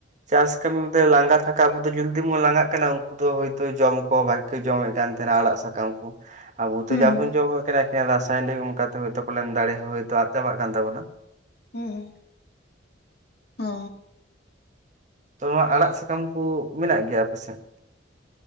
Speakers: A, on the right; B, on the left.
A: ᱪᱟᱥ ᱠᱟᱹᱢᱤ ᱞᱟᱸᱜᱟ ᱛᱷᱟᱠᱟ ᱟᱵᱚ ᱫᱚ ᱡᱚᱫᱤ ᱵᱚᱱ ᱞᱟᱸᱜᱟᱜ ᱠᱟᱱᱟ ᱩᱱᱠᱩ ᱫᱚ ᱦᱭᱛ ᱡᱚᱢ ᱠᱚ ᱵᱷᱟ. ᱜᱤ ᱡᱚᱢᱮᱫ ᱠᱟᱱ ᱛᱟᱦᱮᱱᱟ ᱟᱲᱟᱜ ᱥᱟᱠᱟᱢ ᱠᱚ ᱟᱵᱚ ᱛᱚ
B: ᱦᱩᱸ
A: ᱡᱟᱵᱚᱱ
B: ᱦᱩᱸ
A: ᱡᱚᱢᱚᱜ ᱠᱟᱱᱟ ᱮ ᱨᱟᱥᱟᱭᱚᱱᱤᱠ ᱚᱱᱠᱟᱛᱮᱭᱛ ᱯᱟᱞᱮᱱ ᱫᱟᱲᱮ ᱦᱚᱸ ᱦᱳᱭᱛᱳ ᱟᱫ ᱪᱟᱵᱟᱜ ᱠᱟᱱ ᱛᱟᱵᱚᱱᱟ
B: ᱦᱩᱸ ᱦᱩᱸ ᱦᱚ
A: ᱛᱚ ᱱᱚᱣᱟ ᱟᱲᱟᱜ ᱥᱟᱠᱟᱢ ᱠᱚ ᱢᱮᱱᱟᱜ ᱜᱮᱭᱟ ᱟᱯᱮᱥᱮᱫ